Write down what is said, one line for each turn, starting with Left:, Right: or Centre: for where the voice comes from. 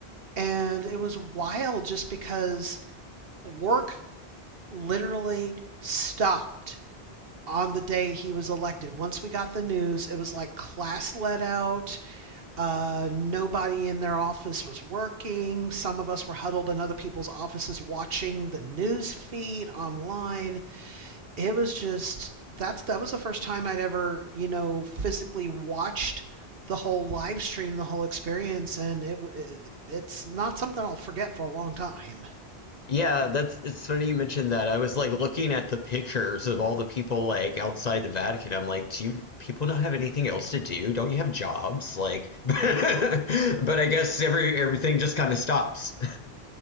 Right: And it was wild just because work literally stopped on the day he was elected. Once we got the news, it was like class let out. Uh, nobody in their office was working. Some of us were huddled in other people's offices watching the news feed online it was just that's that was the first time I'd ever you know physically watched the whole live stream, the whole experience, and it, it it's not something I'll forget for a long time.
Left: Yeah, that's it's funny you mentioned that. I was like looking at the pictures of all the people like outside the Vatican. I'm like, do you people not have anything else to do? Don't you have jobs? Like, <laughs> but I guess every everything just kind of stops. <laughs>